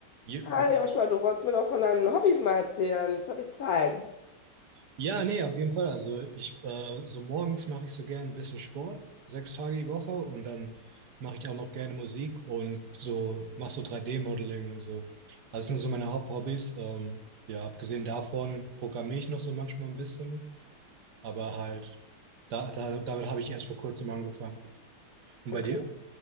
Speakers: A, on the right; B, on the left.
A: Je-
B: Hi
A: oh.
B: Joshua, du wolltest mir doch von deinen Hobbys mal erzählen. Jetzt habe ich Zeit.
A: Ja, nee, auf jeden Fall. Also ich, äh, so morgens mache ich so gerne ein bisschen Sport, sechs Tage die Woche und dann mache ich auch noch gerne Musik und so mache so 3D-Modeling und so. Also das sind so meine Haupthobbys. Ähm, ja, abgesehen davon programmiere ich noch so manchmal ein bisschen, aber halt da, da, damit habe ich erst vor kurzem angefangen. Und
B: Okay.
A: bei dir?